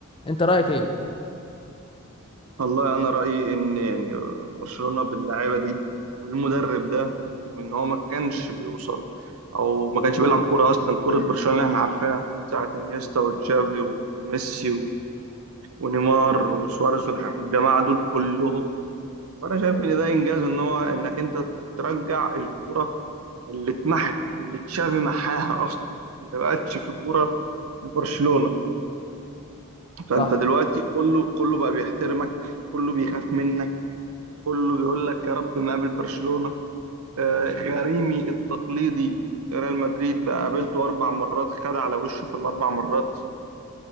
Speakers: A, on the left; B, on the right.
A: أنت رأيك إيه؟
B: والله انا رأيي ان يعني برشلونة باللعيبة دي وبالمدرب ده وان هو ما كانش بيوصل او ما كانش بيلعب كورة اصلا كورة برشلونة اللي احنا عارفينها ساعة انيستا وتشافي وميسي و- ونيمار وسواريز والح- والجماعة دول كلهم فانا شايف ان ده انجاز ان هو انك انت ترجع الكورة اللي اتمحت اللي تشافي محاها اصلا انت ما بقتش في كوره لبرشلونه فانت
A: صح
B: دلوقتي كله كله بقى بيحترمك كله بيخاف منك كله بيقول لك يا رب ما قابل برشلونه آه، غريمي التقليدي ريال مدريد بقى قابلته اربع مرات خد على وشه في الاربع مرات